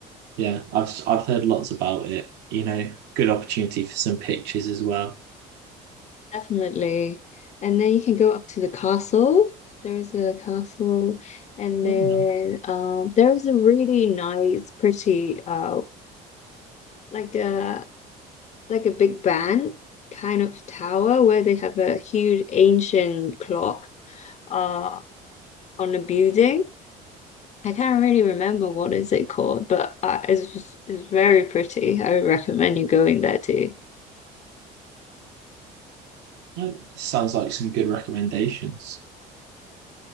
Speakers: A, on the right (about 70°); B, on the left (about 40°).
A: yeah, I've I've heard lots about it. You know, good opportunity for some pictures as well.
B: definitely, and then you can go up to the castle. There is a castle, and
A: Oh
B: then
A: no.
B: um, there is a really nice, pretty uh like a. like a big band kind of tower where they have a huge ancient clock uh on a building. I can't really remember what is it called, but uh, it's it's very pretty. I would recommend you going there too.
A: Mm. Sounds like some good recommendations.